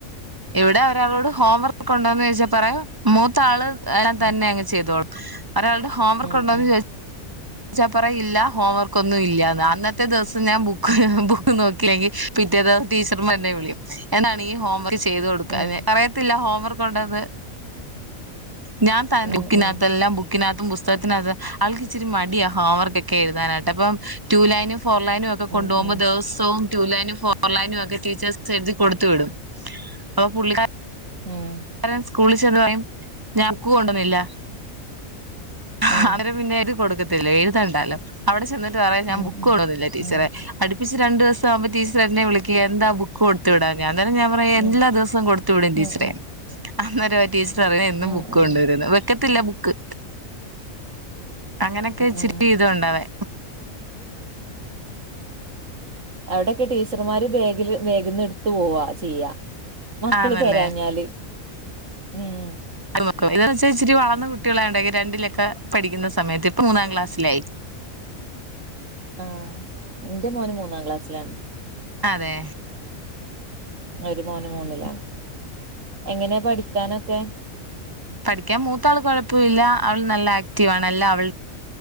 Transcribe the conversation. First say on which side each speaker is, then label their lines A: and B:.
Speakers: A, on the right (about 20°); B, on the right (about 65°).
A: ഇവിടെ ഒരാളോട് ഹോം വർക്ക് ക്കെ ഉണ്ടോന്ന് ചോയ്ച്ചാ പറയും മൂത്താള് <unintelligible>
B: ഉം
A: തന്നെ ങ്ങ് ചെയ്തോളും. ഒരാൾടെ ഹോംവർക്ക്ണ്ടോന്ന്
B: ഉം ഉം
A: ചോയി ച്ച ച്ചാപ്പറ ഇല്ല ഹോം വർക്ക് ഒന്നും ഇല്ല്യാന്ന്. അന്നത്തെ ദിവ്സം ഞാൻ ബുക്ക് ബുക്ക് നോക്കില്ലെങ്കി പിറ്റേത് ടീച്ചർമാര്ന്നെ വിളിയും എന്നാണ് ഈ ഹോംവർക്ക് ചെയ്ത് കൊടുക്കാഞ്ഞെ,
B: ഉം
A: പറയത്തില്ല ഹോംവർക്കൊണ്ടെന്ന്. ഞാൻ ത
B: ഉം
A: ബുക്കിനാത്തെല്ലാം
B: ഉം
A: ബു ക്കിനാത്തും പുസ്തകത്തിനാത്തും ആൾക്ക് ഇച്ചിരി മടിയാ ഹോംവർക്കൊക്കെ എഴുതാനായിട്ട് അപ്പം ടു ലൈും ഫോർ ലൈനും ഒ ക്കെ
B: ഉം
A: കൊണ്ടോവുമ്പോ
B: ഉം
A: ദെവസവും ടു ലൈനും ഫോർ ലൈനും ഒക്കെ ടീച്ചേഴ്സെഴുതി കൊട്ത്ത് വിടും. അ പുള്ളിക്കാ
B: ഉം.
A: ക്കാരൻ സ്കൂളി ചെന്ന് പറയും ഞാൻ ക്കു കൊണ്ടന്നില്ല അ <unintelligible>
B: ഉം
A: നെ പിന്നെ എഴ്തി കൊട്ക്കത്തില്ല എഴുതണ്ടാലോ. അവിടെ ചെന്നിട്ട് പറയും ഞാൻ
B: ഉം ഉം
A: ബുക്ക്
B: ഉം
A: കൊണ്ടന്നില്ല ടീച്ചറെ
B: ഉം
A: അടുപ്പിച്ച് രണ്ട് ദിവസാവുമ്പോ ടീച്ചർ എന്നെ വിളിയ്ക്കു എന്താ ബു കൊട്ത്ത് വിടാൻ ഞാൻ തന്നെ ഞാൻ പറയും
B: ഉം
A: എല്ലാ ദിവസം കൊടുത്തു വിടും ടീച്ചറേ
B: ഉം
A: അന്നേരവ ടീച്ചർ അറയ എന്നും
B: ഉം
A: ബുക്ക്
B: ഉം ഉം
A: കൊണ്ടുവരുന്ന്, വെക്കത്തില്ല ബുക്ക്. അങ്ങനൊക്കെ ഇച്ചിരി
B: ഉം
A: ഇീതുണ്ടവന്
B: അവ്ടൊക്കെ ടീച്ചർമാര് ബേഗ് ല് ബേഗ് ന്ന്ട്ത്ത് പോവാ ചെയ്യ. മക്കള്
A: ആന്നല്ലേ
B: തെരാഞ്ഞാല്. ഉം
A: <unintelligible> എന്നു വച്ച് ച്ചിരി വളർന്ന കുട്ട്യളായോണ്ട് രണ്ടിലൊക്കെ പഠിയ്ക്കുന്ന സമയത്ത് ഇപ്പ മൂന്നാം ക്ലാസ്സിലായി.
B: ആഹ് ന്റെ മോനും മൂന്നാം ക്ലാസ്സിലാണ്.
A: അതെ.
B: ഒരു മോന് മൂന്നിലാണ്. എങ്ങനെയ പഠിക്കാനൊക്കെ
A: പഠിയ്ക്കാൻ മൂത്താള് കൊഴപ്പൊവില്ല അവൾ നല്ല ആക്റ്റീവാണ് എല്ലൊഅവൾ